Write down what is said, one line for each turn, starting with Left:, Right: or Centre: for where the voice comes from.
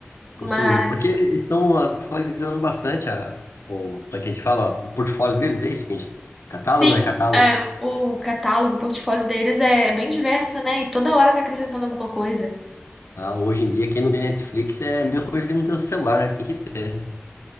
Left: Consumindo.
Centre: Mas,
Left: Porque eles estão atualizando bastante a, o, como é que a gente fala? O portfólio deles, é isso que a gente... Catálogo,
Centre: sim,
Left: né? Catálogo.
Centre: é, o catálogo, o portfólio deles é bem diverso, né? E toda hora tá acrescentando alguma coisa.
Left: Ah, hoje em dia, quem não tem Netflix é a mesma coisa que não tem o celular, né? Tem que ter.